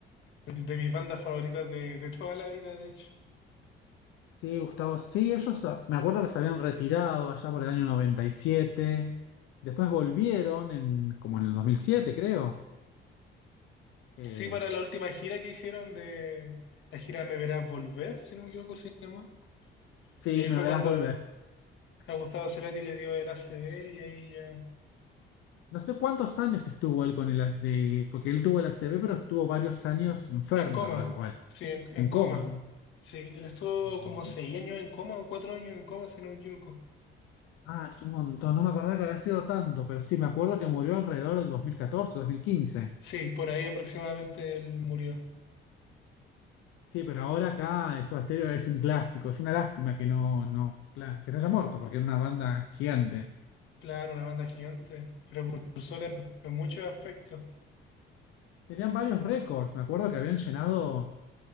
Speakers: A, on the left; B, on the left.
A: de, de mis bandas favoritas de, de toda la vida, de hecho.
B: Sí, Gustavo, sí, ellos ah, me acuerdo que se habían retirado allá por el año 97. después volvieron en, como en el 2007, creo. Eh,
A: Sí, para la última gira que hicieron de la gira Me Verás Volver, si no me equivoco, se llama.
B: sí,
A: Y ahí
B: me
A: fue
B: verás
A: cuando
B: volver.
A: a Gustavo Cerati le dio el ACV y ahí ya.
B: No sé cuántos años estuvo él con el, as- de, porque él tuvo el A C V. pero estuvo varios años enfermo,
A: En coma,
B: o algo, bueno,
A: sí, en, en
B: en
A: coma.
B: coma.
A: Sí, él estuvo
B: Eh,
A: como seis años en coma o cuatro años en coma, si no me equivoco.
B: Ah, es un montón, no me acordaba que había sido tanto, pero sí, me acuerdo que murió alrededor del dos dos mil catorce, dos mil quince.
A: Sí, por ahí aproximadamente él murió.
B: Sí, pero ahora acá Soda Stereo es un clásico. Es una lástima que no, no, claro, que se haya muerto, porque era una banda gigante.
A: Claro, una banda gigante, precursora en, en muchos aspectos.
B: Tenían varios récords. Me acuerdo que habían llenado,